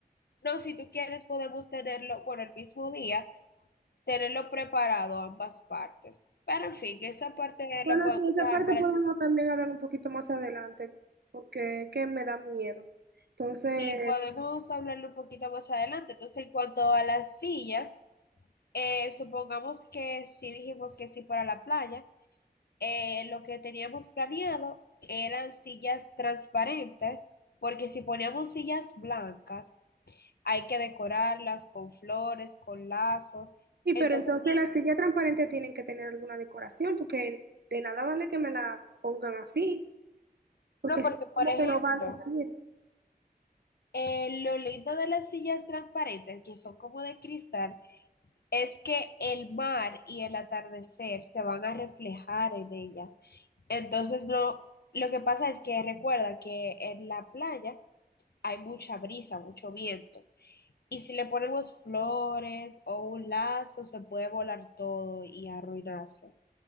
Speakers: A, on the left (about 80°); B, on the right (about 85°).
A: no, si tú quieres, podemos tenerlo, bueno, el mismo día, tenerlo preparado ambas partes. Pero, en fin, esa parte
B: Bueno,
A: la podemos
B: sí, esa
A: dejar
B: parte
A: para...
B: podemos también hablar un poquito más adelante, porque es que me da miedo. Entonces,
A: Sí, podemos hablarlo un poquito más adelante. Entonces, en cuanto a las sillas, eh, supongamos que sí dijimos que sí para la playa. eh, lo que teníamos planeado eran sillas transparentes, porque si poníamos sillas blancas, hay que decorarlas con flores, con lazos.
B: Sí, pero
A: Entonces,
B: entonces las sillas transparentes tienen que tener alguna decoración, porque de nada vale que me la pongan así, porque
A: no,
B: es
A: porque por
B: como
A: ejemplo,
B: que no va a lucir.
A: eh, lo lindo de las sillas transparentes, que son como de cristal, es que el mar y el atardecer se van a reflejar en ellas. Entonces, no, lo que pasa es que recuerda que en la playa hay mucha brisa, mucho viento. Y si le ponemos flores o un lazo, se puede volar todo y arruinarse.